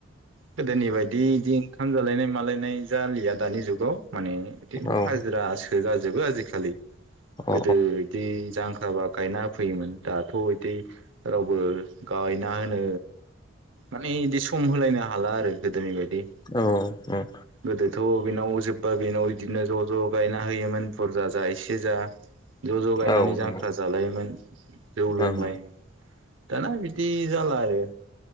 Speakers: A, on the right; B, on the left.
A: गोदोनि बायदि इदि ओंखाम जालायनाय मालायनाय जालिया दानि जुगाव माने बिदिनो
B: औ
A: हाजिरासो जाजोबो आजिखालि
B: अ
A: गोदो इदि जांख्राबा गायना फैयोमोन दाथ' बिदि रावबो गायना होनो माने बिदि सम होलायनो हाला आरो गोदोनि बायदि
B: औ औ
A: गोदोथ' बेनाव जोब्बा बेनाव बिदिनो ज' ज' गायना होयोमोन बुरजा जा एसे जा ज' ज' गायनानै
B: औ
A: जांख्रा
B: नंगौ
A: जालायोमोन जौ लोंलाय
B: ओं
A: दाना बिदि जाला आरो